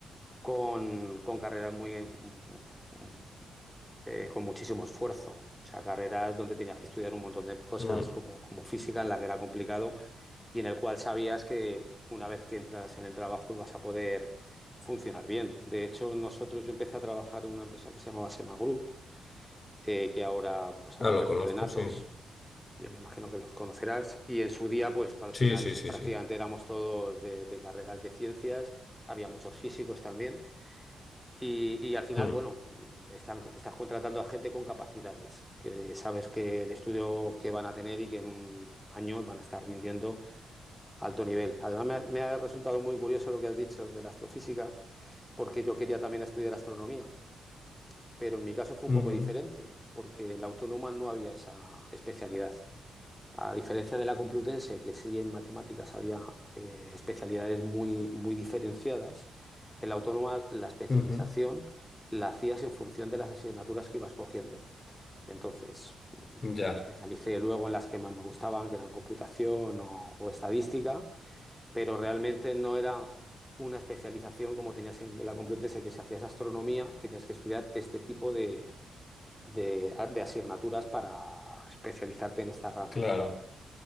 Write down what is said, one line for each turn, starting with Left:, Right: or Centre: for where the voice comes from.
Centre: con, con carreras muy, mm, eh, con muchísimo esfuerzo. O sea, carreras donde tenías que estudiar un montón de cosas
Left: Mm.
Centre: como, como física, en la que era complicado y en el cual sabías que una vez que entras en el trabajo ibas a poder funcionar bien. De hecho, nosotros, yo empecé a trabajar en una empresa que se llamaba Sema Group eh, que ahora, bueno, se
Left: Ah,
Centre: ha convertido
Left: lo conozco,
Centre: en Atos,
Left: sí.
Centre: que me imagino que los conocerás, y en su día, pues al
Left: Sí,
Centre: final
Left: sí, sí,
Centre: prácticamente
Left: sí.
Centre: éramos todos de, de carreras de ciencias, había muchos físicos también, y, y al final,
Left: Mm.
Centre: bueno, están, estás contratando a gente con capacidades, que sabes que el estudio que van a tener y que en un año van a estar rindiendo alto nivel. Además, me ha, me ha resultado muy curioso lo que has dicho de la astrofísica, porque yo quería también estudiar astronomía pero en mi caso fue
Left: Ujú,
Centre: un poco diferente, porque en la autónoma no había esa especialidad. A diferencia de la Complutense, que sí en matemáticas había eh, especialidades muy, muy diferenciadas, en la autónoma la especialización
Left: ujú.
Centre: la hacías en función de las asignaturas que ibas cogiendo. Entonces,
Left: Ya,
Centre: yo me especialicé luego en las que más me gustaban, que eran computación o, o estadística, pero realmente no era una especialización como tenías en la Complutense, que si hacías astronomía tenías que estudiar este tipo de, de, de asignaturas para especializarte en esta rama.
Left: claro.